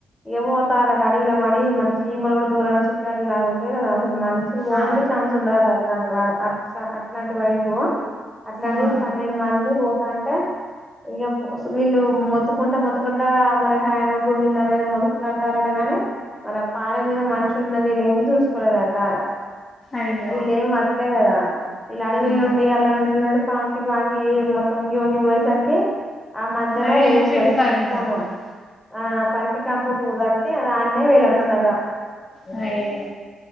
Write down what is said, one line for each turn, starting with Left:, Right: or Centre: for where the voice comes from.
Centre: ఇక పోతారు అట అడవిల పడి మన చీమలు కూడా దూరనీ చిట్టు అడవి లా ఉంటుంది కదా అస మనుషులు పోవడానికి
Left: ఆ
Centre: ఛాన్స్ ఉండదుట అలాంటి వాడు అ అట్లాంటివైపు అట్లాంటిది
Left: ఆ
Centre: పన్నెండు మంది పోతంటే ఇగ వీళ్ళు మొత్తుకుంట మొత్తుకుంట మరహాయన గోవింద్ అనేది మొత్తుకుంట అంటార అంట గాని మళ్ళ పాడే మీద మనిషి ఉన్నది లేని చూసుకోలేదట
Left: అయ్యో
Centre: వీళ్ళ ఏం కట్టలే కదా వీళ్ళు అడవిల్
Left: ఆ
Centre: నుండి ఆళ్ల నుండి పాకి పాకి మొత్తం వంగి వంగి పోయేసరికి ఆ మధ్యలో
Left: అదే
Centre: రేగిగదు
Left: ఎన్నో చెట్టుకు తాకినట్టుంది
Centre: పరిశ్రమ ఆ పరికి కంప పోదంటే అది అన్నే వేలాడుతుందట
Left: అయ్యో